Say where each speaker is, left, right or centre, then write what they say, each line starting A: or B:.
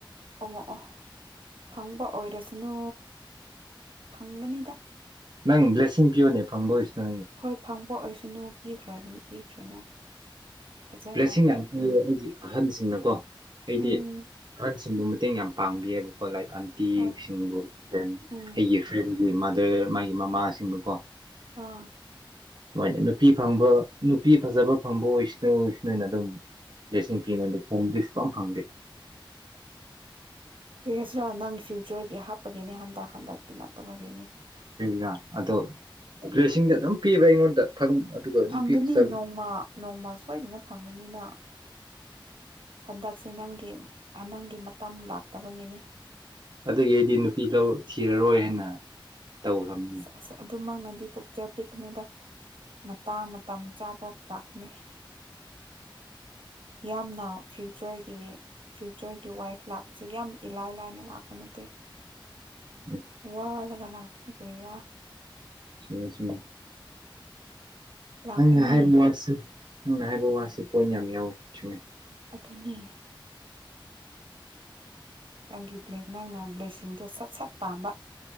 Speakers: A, on the right; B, on the right.
A: ꯑꯣ ꯑꯣ ꯐꯪꯕ ꯑꯣꯏꯔꯁꯅꯨ ꯐꯪꯒꯅꯤꯗ
B: ꯅꯪ ꯕ꯭ꯂꯦꯁꯤꯡ ꯄꯣꯅꯦ ꯐꯪꯕꯣꯣꯏ ꯏꯁꯅ
A: ꯍꯣꯏ ꯐꯪꯕ ꯑꯣꯏꯁꯅꯨ ꯄꯤꯈ꯭ꯔꯣ ꯑꯗꯨꯝ ꯄꯤꯈ꯭ꯔꯦꯅ ꯐꯖꯅ
B: ꯄ꯭ꯂꯦꯁꯁꯤꯡ ꯌꯥꯝ ꯄ ꯑꯩꯒꯤ ꯑꯍꯟꯁꯤꯡꯅꯀꯣ ꯑꯩꯗꯤ
A: ꯎꯝ
B: ꯑꯍꯟꯁꯤꯡ ꯁꯨꯝꯕ ꯃꯇꯦꯡ ꯌꯥꯝ ꯄꯥꯡꯕꯤꯌꯦꯕꯀꯣ ꯂꯥꯏꯛ ꯑꯟꯇꯤꯁꯤꯡꯕꯨ
A: ꯍꯣꯏ
B: ꯐꯦꯟ
A: ꯎꯝ
B: ꯑꯩꯒꯤ ꯐ꯭ꯔꯦꯟ ꯃꯥꯗꯦ ꯃꯥꯒꯤ ꯃꯃꯥꯁꯤꯡꯗꯨꯀꯣ
A: ꯑꯥ
B: ꯃꯣꯏꯅꯦ ꯅꯨꯄꯤ ꯐꯪꯕ ꯅꯨꯄꯤ ꯐꯖꯕ ꯐꯪꯕ ꯑꯣꯏꯁꯅꯨ ꯁꯅꯨꯅ ꯑꯗꯨꯝ ꯁꯤꯡ ꯄꯤꯉꯗ ꯍꯣꯡꯗꯩꯁꯨ ꯀ ꯐꯪꯗꯦ
A: ꯁꯁꯤꯔ ꯅꯪ ꯐ꯭ꯌꯨꯆꯔꯒꯤ ꯍꯥꯞꯄꯒꯤꯅꯦ ꯍꯟꯗꯛ ꯍꯟꯗꯛ ꯇ ꯅꯠꯇꯕꯒꯅꯦ
B: ꯔ ꯑꯗꯣ ꯄ꯭ꯔꯦꯁꯤꯡꯗ ꯑꯗꯨꯝ ꯄꯤꯕ꯭ꯔꯥ ꯑꯩꯉꯣꯟꯗ ꯐꯝ ꯑꯗꯨꯒ ꯅꯨꯄꯤ
A: ꯐꯪꯒꯅꯤ
B: ꯐꯆꯥꯔ
A: ꯅꯣꯡꯃ ꯅꯣꯡꯃ ꯁꯣꯏꯗꯅ ꯐꯪꯒꯅꯤꯅ ꯍꯟꯗꯛꯁꯦ ꯅꯪꯒꯤ ꯅꯪꯒꯤ ꯃꯇꯝ ꯂꯥꯛꯇꯕꯒꯤꯅꯤ
B: ꯑꯗꯨꯒꯤ ꯑꯩꯗꯤ ꯅꯨꯄꯤ ꯂꯧ ꯊꯤꯔꯔꯣꯏ ꯍꯥꯏꯅ ꯇꯧꯈ꯭ꯔꯕꯅꯤ
A: ꯑꯁ ꯑꯁ ꯑꯗꯨꯃꯛꯅꯗꯤ ꯄꯣꯛꯆ ꯄꯤꯛꯅꯨꯗ ꯃꯇꯥꯡ ꯃꯇꯝ ꯆꯥꯕ ꯂꯥꯛꯅꯦ
B: <unintelligible>
A: ꯌꯥꯝꯅ ꯐ꯭ꯌꯨꯆꯔꯒꯤ ꯐ꯭ꯌꯨꯆꯔꯒꯤ ꯋꯥꯏꯐ ꯂꯥꯛꯄꯁꯦ ꯌꯥꯝ ꯏꯂꯥꯏ ꯂꯥꯏꯅ ꯂꯥꯛꯄ ꯅꯠꯇꯦ
B: ꯎꯝ
A: ꯍꯔꯒꯂꯞ ꯅꯤ ꯀ꯭ꯔꯌꯥ
B: ꯁꯤ ꯊꯉ
A: ꯂꯥꯛꯀꯅꯤ
B: ꯅꯪꯅ ꯍꯥꯏꯕ ꯋꯥꯁꯤ ꯅꯪꯅ ꯍꯥꯏꯕ ꯋꯥꯁꯤꯦ ꯄꯣꯏꯟ ꯌꯥꯝ ꯌꯥꯎꯋꯦ ꯆꯨꯝ
A: ꯑꯗꯨꯅꯤ ꯅꯪꯒꯤ ꯅꯪꯅ ꯕ꯭ꯂꯦꯁꯤꯡꯗꯨꯣ ꯁꯠ ꯁꯠ ꯄꯥꯝꯕ